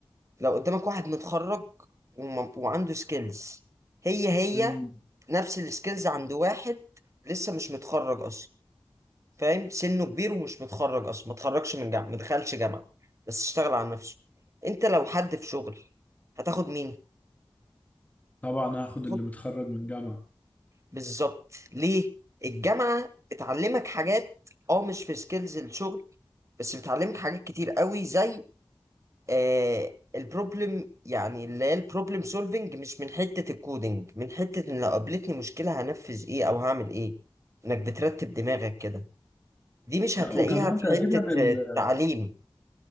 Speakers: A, on the right; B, on the left.
A: لو قدامك واحد متخرج وم- وعنده سكيلز هي هي
B: امم
A: نفس السكيلز عند واحد لسه مش متخرج اصلا فاهم سنه كبير ومش متخرج اصلا ما اتخرجش من جامعه ما دخلش جامعه بس اشتغل على نفسه انت لو حد في شغل هتاخد مين
B: طبعا هاخد
A: خد
B: اللي متخرج من جامعه
A: بالظبط ليه الجامعه بتعلمك حاجات اه مش في سكيلز الشغل بس بتعلمك حاجات كتير قوي زي آه البروبلم يعني اللي هي البروبلم سولفنج مش من حته الكودينج من حته ان لو قابلتني مشكله هنفذ ايه او هعمل ايه انك بترتب دماغك كده دي مش هتلاقيها
B: لا وكمان
A: في
B: تقريبا
A: حته
B: ال...
A: آه، التعليم